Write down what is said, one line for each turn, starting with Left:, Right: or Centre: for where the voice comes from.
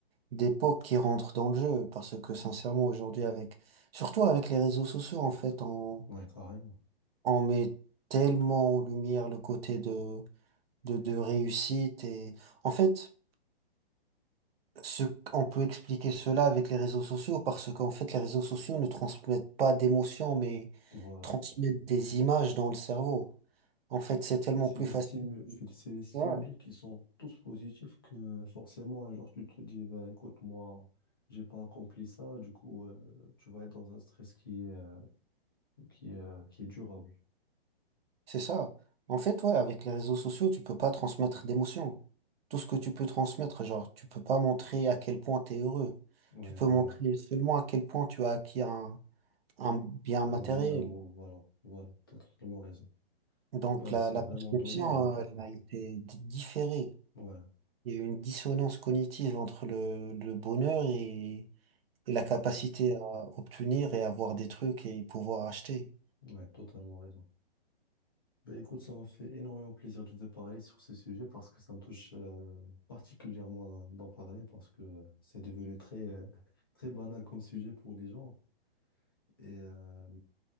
Right: d'époque qui rentre dans le jeu parce que sincèrement aujourd'hui avec surtout avec les réseaux sociaux en fait on
Left: Ouais, carrément.
Right: on met tellement en lumière le côté de de, de réussite et en fait Ce, on peut expliquer cela avec les réseaux sociaux parce qu'en fait, les réseaux sociaux ne transmettent pas d'émotions, mais
Left: Voilà.
Right: transmettent des images dans le cerveau. En fait, c'est tellement
Left: C'est
Right: plus
Left: des
Right: facile.
Left: stimuli, c'est des stimuli
Right: Ouais,
Left: qui sont tous positifs que forcément un jour tu te dis bah, écoute moi j'ai pas accompli ça du coup euh, tu vas être dans un stress qui est, euh, qui est, euh, qui est durable.
Right: c'est ça. En fait, ouais, avec les réseaux sociaux, tu peux pas transmettre d'émotions. Tout ce que tu peux transmettre, genre, tu peux pas montrer à quel point tu es heureux.
Left: ouais
Right: Tu peux
Left: voilà.
Right: montrer seulement à quel point tu as acquis un, un bien
Left: Un
Right: matériel.
Left: bien ou voilà, voilà, t'as totalement raison.
Right: Donc,
Left: Bah
Right: la,
Left: c'est
Right: la
Left: vraiment
Right: perception,
Left: dommage en tout
Right: euh,
Left: cas.
Right: elle a été d- différée.
Left: Ouais,
Right: Il y a une dissonance cognitive entre le, le bonheur et, et la capacité à obtenir et avoir des trucs et pouvoir acheter.
Left: ouais, totalement raison. Ben écoute, ça m'a fait énormément plaisir de te parler sur ce sujet parce que ça me touche euh, particulièrement d'en d'en parler parce que euh, c'est devenu très, euh, très banal comme sujet pour les gens. Et euh,